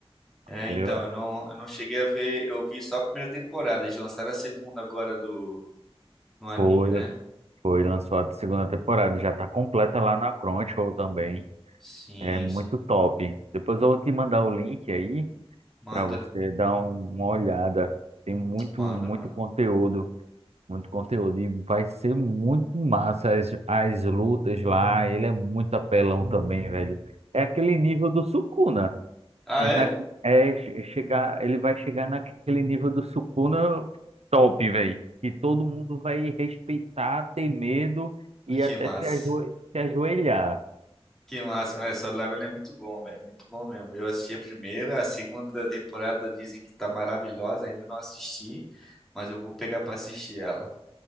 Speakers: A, in the centre; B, on the right.
A: é,
B: Ali
A: então,
B: eu-
A: eu não, eu não cheguei a ver, eu vi só a primeira temporada, eles lançaram a segunda agora do, no anime,
B: foi,
A: né?
B: foi lançou a segunda temporada, já tá completa lá na Crunchyroll também.
A: Sim,
B: É muito
A: sim.
B: top. Depois eu vou te mandar o link aí
A: Manda,
B: para você dar um- uma olhada. Tem muito,
A: manda,
B: muito
A: manda.
B: conteúdo. Muito conteúdo. E vai ser muito massa as, as lutas lá. Ele é muito apelão também, velho. É aquele nível do Sukuna.
A: Ah,
B: É,
A: é?
B: na, é che- chegar, ele vai chegar naquele nível do Sukuna top, velho. Que todo mundo vai respeitar, ter medo e
A: Que
B: até
A: massa.
B: se, ajoe- se ajoelhar.
A: Que massa, mas Solo Level é muito bom, velho, muito bom mesmo. Eu assisti a primeira, a segunda temporada dizem que tá maravilhosa, ainda não assisti, mas eu vou pegar pra assistir ela.